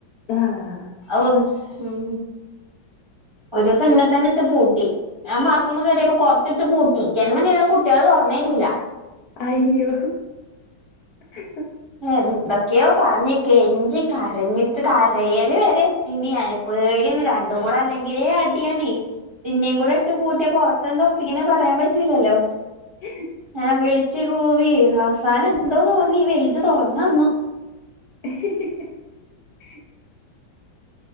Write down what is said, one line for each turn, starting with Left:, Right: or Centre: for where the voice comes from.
Left: ആഹ്
Right: ആഹ് ഉം ഒരു ദിവസം എന്നെ തന്നെ ഇട്ട് പൂട്ടി ഞാൻ ബാത്റൂമിൽ കയറിയപ്പോ പുറ ത്തിട്ട് പൂട്ടി ജന്മം ചെയ്താ കുട്ടികള് തുറന്ന് തരൂല്ല
Left: അയ്യോ ഹ
Right: എന്തൊക്കെയോ പറഞ്ഞ് കെഞ്ചി കരഞ്ഞിട്ട് കരയല് വരെ എത്തിയിനി ഞാൻ പേടിയാണ് രണ്ടും കൂടെ അല്ലെങ്കിലേ അടിയാണ് എന്നേയും കൂടെ ഇട്ട് പൂട്ടിയ പുറത്തെന്താ ഒപ്പിക്കുന്നെ പറയാൻ പറ്റൂലല്ലോ
Left: ആഹ്
Right: ഞാൻ വിളിച്ചു കൂവി അവസാനം എന്തോ തോന്നി വലുത് തുറന്ന് തന്നു
Left: ഹാ ഹാ ഹാ ഹാ